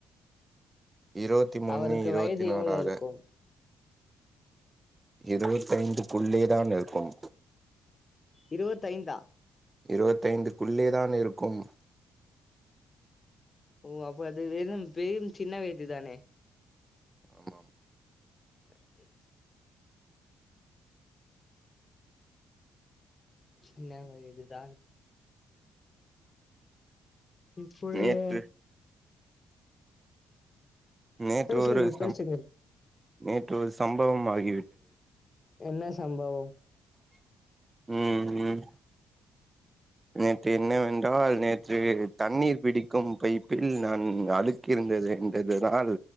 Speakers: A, on the right; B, on the left.
A: இருவத்தி மூணு
B: அவருக்கு
A: இருவத்தி
B: வயது
A: நாலாக
B: எவ்வளவு இருக்கும்
A: இருவத்தைந்துக்குள்ளே தான் இருக்கும்
B: இருவத்தைந்தா
A: இருவத்தைந்துக்குள்ளே தான் இருக்கும்
B: ஓ அப்ப அது வெறும் பெயின் சின்ன வயதுதானே
A: ஆமாம்
B: கட் அடிச்சி சின்ன வயது தான் இப்பொழுது
A: நேற்று நேற்று
B: பேசுங்கள்
A: ஒரு சம்
B: பேசுங்கள்
A: நேற்று ஒரு சம்பவம் ஆயி
B: என்ன சம்பவம்
A: ம் ம் நேற்று என்னவென்றால் நேற்று தண்ணீர் பிடிக்கும் பை பில் நான் அழுக்கிருந்தது என்பதுனால்